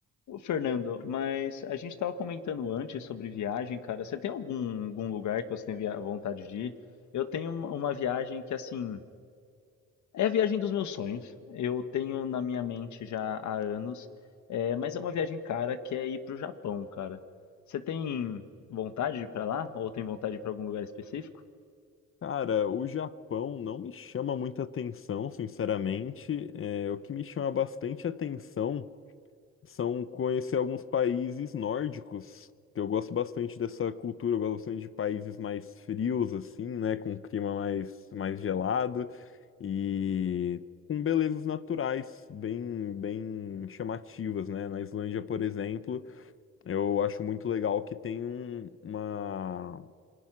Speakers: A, on the left; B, on the left.
A: Ô, Fernando, mas a gente estava comentando antes sobre viagem, cara. Você tem algum, algum lugar que você tem via- vontade de ir? Eu tenho uma uma viagem que, assim, é a viagem dos meus sonhos. Eu tenho na minha mente já há anos, é, mas é uma viagem cara que é ir pro Japão, cara. Você tem vontade de ir pra lá? Ou tem vontade de ir pra algum lugar específico?
B: Cara, o Japão não me chama muita atenção, sinceramente. É, o que me chama bastante atenção são conhecer alguns países nórdicos, que eu gosto bastante dessa cultura, eu gosto bastante de países mais frios, assim, né, com um clima mais, mais gelado e com belezas naturais bem, bem chamativas, né? Na Islândia, por exemplo, eu acho muito legal que tem um, uma